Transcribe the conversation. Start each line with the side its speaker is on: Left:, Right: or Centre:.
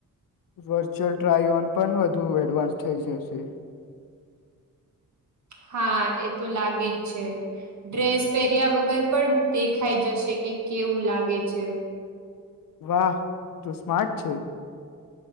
Left: વર્ચ્યુઅલ ટ્રાય ઓન પણ વધુ એડવાન્સ થઈ જશે
Right: હા એ તો લાગે જ છે ડ્રેસ પહેર્યા વગર પણ દેખાઈ જશે કે કેવું લાગે છે.
Left: વાહ તુ સ્માર્ટ છે.